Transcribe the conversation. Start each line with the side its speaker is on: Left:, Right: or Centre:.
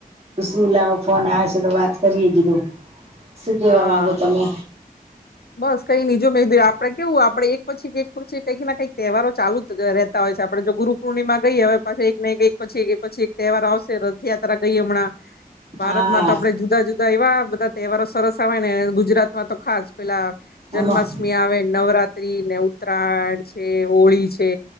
Right: શું લાવો ફોન આવે છે તો વાત કરીએ કીધું શું કેવા
Left: હા
Right: માંગો તમે
Left: બસ કઈ નીજો મે આપડે કેવું આપડે એક પછી કે એક પછી કઈક ના કંઈક તહેવારો ચાલુ ર રહેતા હોય છે આપણે તો ગુરુ પૂર્ણિમા ગઈએ હવે પાછી એક પછી એક એક પછી તહેવાર આવશેતો યાત્રા ગઈ હમણાં ભારતમાં
Right: હા
Left: તો આપડે જુદા જુદા એવા બધા તહેવારો સરસ આવે ને ગુજરાતમાં તો ખાસ પેલા જન્માષ્ટમી
Right: એમાં
Left: આવે નવરાત્રી ને ઉત્તરાયણ છે હોળી છે